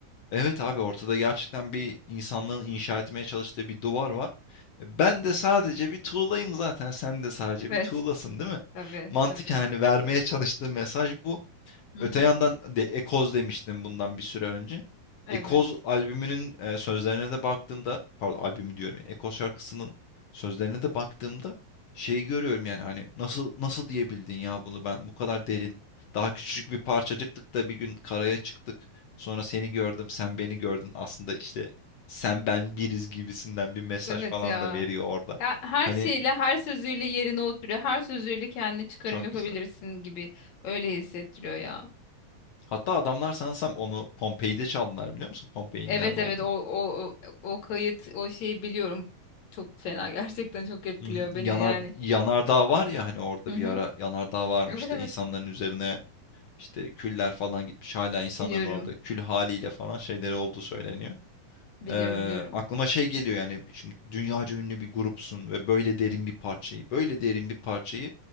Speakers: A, on the left; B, on the left.
A: Evet abi ortada gerçekten bir insanlığın inşa etmeye çalıştığı bir duvar var. E, Ben de sadece bir tuğlayım zaten. Sen de sadece
B: Evet.
A: bir tuğlasın, değil mi?
B: Tabii.
A: Mantıken
B: Tabii.
A: hani vermeye çalıştığı mesaj bu.
B: Hı
A: Öte
B: hı.
A: yandan de Ekoz demiştim bundan bir süre önce.
B: Evet.
A: Ekoz albümünün e, sözlerine de baktığımda, pardon albümü diyorum. Ekoz şarkısının sözlerine de baktığımda şeyi görüyorum yani hani nasıl nasıl diyebildin ya bunu ben bu kadar derin daha küçücük bir parçacıktık da bir gün karaya çıktık. Sonra seni gördüm, sen beni gördün. Aslında işte sen ben biriz gibisinden bir mesaj
B: Evet
A: falan
B: ya.
A: da veriyor orada.
B: Ha- Her
A: Hani
B: şeyle, her sözüyle yerine oturuyor. Her sözüyle kendi çıkarım
A: çok
B: yapabilirsin
A: güzel.
B: gibi öyle hissettiriyor ya.
A: Hatta adamlar sanırsam onu Pompei'de çaldılar biliyor musun? Pompei'nin
B: Evet
A: nerede
B: evet
A: olduğunu.
B: o o o, o kayıt o şeyi biliyorum. Çok fena <laughs> gerçekten çok etkiliyor
A: Hı hı.
B: beni
A: Yanar,
B: yani.
A: yanardağ var ya hani orada
B: Hı hı.
A: bir ara yanardağ varmış
B: Evet evet.
A: da insanların üzerine işte küller falan gitmiş hala insanların
B: Biliyorum.
A: orada kül haliyle falan şeyleri olduğu söyleniyor.
B: Biliyorum
A: Ee,
B: biliyorum.
A: aklıma şey geliyor yani şimdi dünyaca ünlü bir grupsun ve böyle derin bir parçayı böyle derin bir parçayı